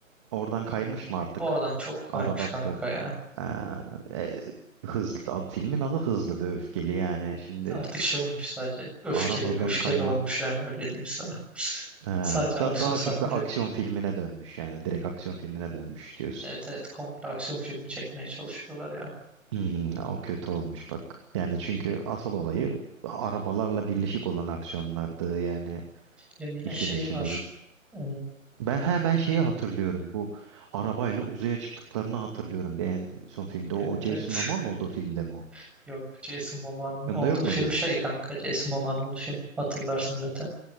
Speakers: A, on the right; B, in the centre.
A: oradan kaymış mı artık?
B: Oradan çok kaymış
A: Araba
B: kanka ya.
A: Ha, e, hızlı ad- filmin adı hızlı ve öfkeli yani. Şimdi
B: Artık şey olmuş sadece. Öfkeli
A: arabadan
B: bir öfkeli
A: kayma
B: olmuş yani öyle diyeyim sana. <laughs>
A: ha,
B: Sadece aksiyon
A: da, daha
B: sahneleri.
A: çok bir aksiyon filmine dönmüş yani. Direkt aksiyon filmine dönmüş diyorsun.
B: Evet evet komple aksiyon filmi çekmeye çalışıyorlar ya.
A: Hmm, o kötü olmuş bak. Yani çünkü asıl olayı arabalarla birleşik olan aksiyonlardı yani
B: Ya yine
A: işin
B: şey
A: içine.
B: var. Ee,
A: Ben he ben şeyi hatırlıyorum. Bu arabayla uzaya çıktıklarını hatırlıyorum. Bir en son filmde
B: evet
A: o, o Jason
B: evet.
A: Momoa'nın olduğu filmde mi o?
B: <laughs> Yok Jason Momoa'nın olduğu
A: Yanında yok
B: film
A: muydu?
B: şey kanka. Jason Momoa'nın olduğu film. Hatırlarsın zaten.